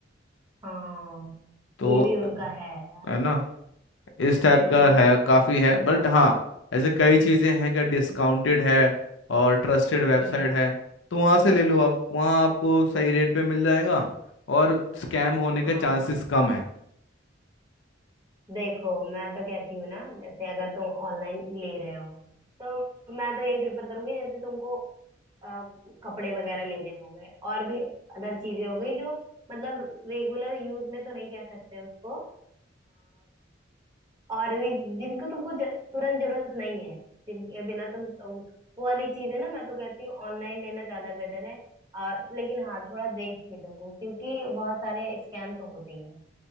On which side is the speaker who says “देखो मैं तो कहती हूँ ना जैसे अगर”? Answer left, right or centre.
Right